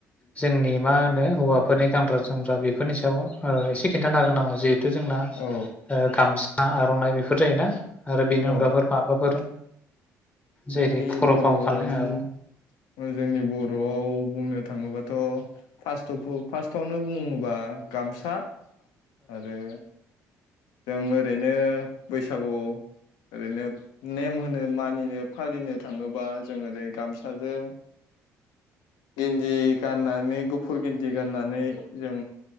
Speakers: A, on the left; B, on the left.
A: जोंनि मा होनो हौवाफोरनि गानग्रा जोमग्रा बेफोरनि सायाव ओ एसे खिन्थानो हागोन नामा? जिहेथु जोंना
B: औ
A: ओ गामसा हा आरनाइ बेफोर जायोना? आरो बेनि
B: औ
A: अनगाफोर माबाफोर जेरै
B: जोंनि
A: खर'
B: बर
A: फाव खालाय
B: नु
A: औ
B: जोंनि बरआव बुंनो थाङोबाथ फार्स्ट अफु फार्स्टआवनो बुङोबा गामसा। आरो जों ओरैनो बैसागु ओरैनोब नेम होनो मानिनो फालिनो थाङोबा जों ओरै गामसाजों गेन्दि गाननानै गुफुर गेन्दि गाननानै जों